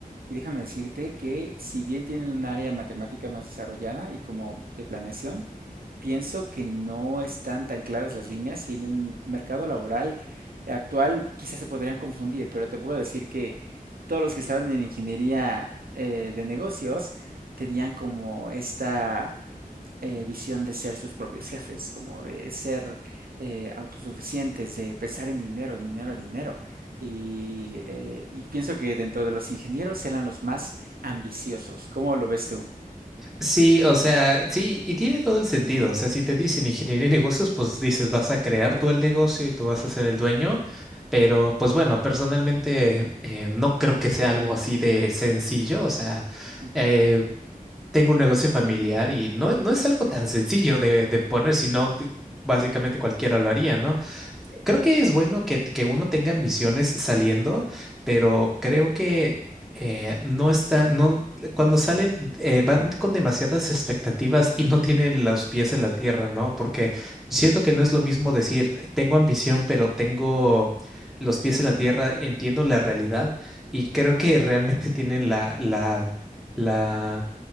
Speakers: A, on the right (about 75°); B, in the centre.
A: y déjame decirte que si bien tienen un área matemática más desarrollada y como de planeación, pienso que no están tan claras las líneas y en un mercado laboral actual quizás se podrían confundir, pero te puedo decir que todos los que estaban en ingeniería eh, de negocios, tenían como esta eh, visión de ser sus propios jefes, como de ser eh, autosuficientes, de pensar en dinero, dinero, dinero. Y, eh, y pienso que dentro de los ingenieros eran los más ambiciosos. ¿Cómo lo ves tú?
B: Sí, o sea, sí, y tiene todo el sentido. O sea, si te dicen ingeniería de negocios, pues dices, vas a crear tú el negocio y tú vas a ser el dueño. Pero, pues bueno, personalmente eh, no creo que sea algo así de sencillo. O sea,
A: Ujú.
B: eh, tengo un negocio familiar y no, no es algo tan sencillo de, de poner, sino de- básicamente cualquiera lo haría, ¿no? Creo que es bueno que, que uno tenga ambiciones saliendo, pero creo que eh, no está, no, cuando salen eh, van con demasiadas expectativas y no tienen los pies en la tierra, ¿no? Porque siento que no es lo mismo decir, tengo ambición, pero tengo los pies en la tierra, entiendo la realidad y creo que realmente tienen la, la, la